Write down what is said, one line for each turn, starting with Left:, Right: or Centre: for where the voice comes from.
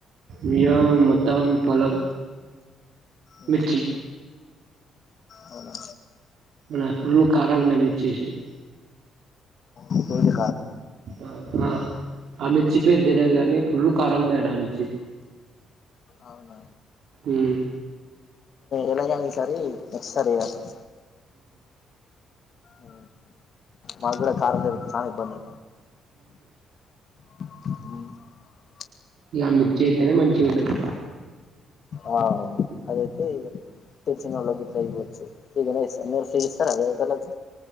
Right: మేము మొత్తం పొలం
Left: ఉ
Right: మిర్చి
Left: అవునా
Right: న ఫుల్లు కారం ఉండే మీర్చేసినం.
Left: ఆ పొని
Right: అ ఆ ఆ మిర్చి పేరు తలవదు కాని ఫుల్, కారం ఉంటుంది ఆ మిర్చి
Left: అవున
Right: ఉమ్.
Left: ఎలాగా ఈసారి నెక్స్ట్ సారి ఏయ్యాల, ఊ మాకు కూడా కారం లేదు చానా ఇబ్బంది, ఊ
Right: ఈ అ మర్చయితనే మంచిగా ఉంటది,
Left: ఆ అదైతే తెలిచిన గిట్ల ఇయ్యొచ్చు. ఫ్రీగానే ఇస్తారు మీరు ఫ్రీ ఇస్తారా వేరేటోలకు,